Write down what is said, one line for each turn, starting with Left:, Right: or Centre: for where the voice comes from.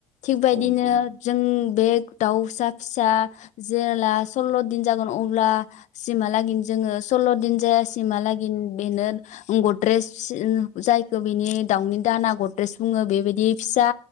Left: थिगबायदिनो
Right: औ नंगौ नंगौ
Left: जों बे दाउसा फिसा जेब्ला सल्ल' दिन जागोन अब्ला सिमहालागै जोङो स सल्ल' दिन जायासिमहालागै बेनो गद्रेज जायखौ बेनि दाउनि दा ना गद्रेज बुङो बेबायदि फिसा